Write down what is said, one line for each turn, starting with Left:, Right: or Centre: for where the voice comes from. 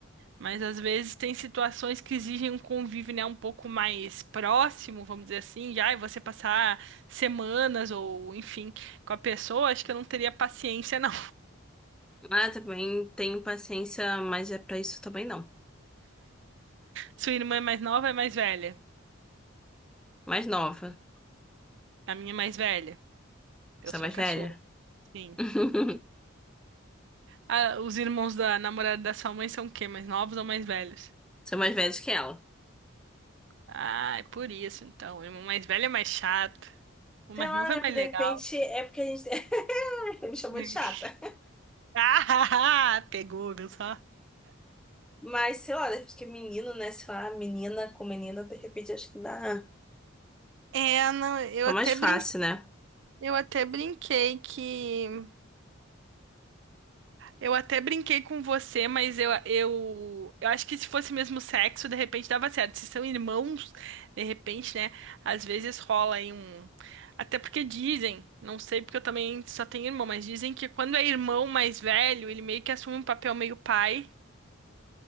Right: Mas às vezes tem situações que exigem um convívio, né, um pouco mais próximo, vamos dizer assim, já, e você passar semanas ou, enfim, com a pessoa, acho que eu não teria paciência, <laughs> não.
Centre: Mas também tenho paciência, mas é pra isso também não.
Right: Sua irmã é mais nova ou é mais velha?
Centre: Mais nova,
Right: A minha é mais velha. Eu
Centre: sou
Right: sou
Centre: mais
Right: a caçula.
Centre: velha.
Right: Sim.
Centre: <laughs>
Right: Ah, os irmãos da namorada da sua mãe são o quê? Mais novos ou mais velhos?
Centre: Sou mais velha que ela.
Right: Ah, é por isso então. O irmão mais velho é mais chato. O
Centre: Sei
Right: mais
Centre: lá,
Right: novo
Centre: né?
Right: é
Centre: Porque
Right: mais
Centre: de
Right: legal.
Centre: repente é porque a gente <laughs> me chamou
Right: <laughs>
Centre: de chata.
Right: Ah, pegou, viu só?
Centre: Mas sei lá, acho que menino, né? Sei lá, menina com menina, de repente acho que dá.
Right: É, não, eu
Centre: Fica
Right: até
Centre: mais fácil,
Right: brin...
Centre: né?
Right: eu até brinquei que Eu até brinquei com você, mas eu, eu, eu acho que se fosse mesmo sexo, de repente dava certo. Se são irmãos, de repente, né? Às vezes rola aí um. Até porque dizem, não sei porque eu também só tenho irmão, mas dizem que quando é irmão mais velho, ele meio que assume um papel meio pai